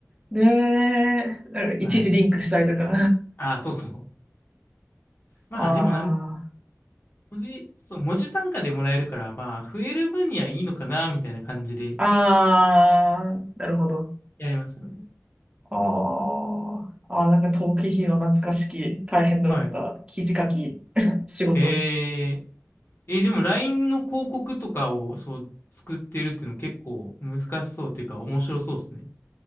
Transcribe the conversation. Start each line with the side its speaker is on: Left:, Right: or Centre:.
Right: ねえ、なんかいちいちリンクしたりとか。
Left: はい。ああ、そうそう。まあでもなん、
Right: <laughs> あ
Left: 文字、そう、文字単価でもらえるから、まあ、増える分にはいいのかな、みたいな感じで
Right: あ、ああ、なるほど。
Left: やりますよね。
Right: ああ、ああ、なんか逃避費の懐かしき、大変だった記事書き
Left: はい。
Right: <laughs> 仕事。
Left: えー、えーでも LINE の広告とかを、そう、作ってるっていうの結構難しそうっていうか、面白そうですね。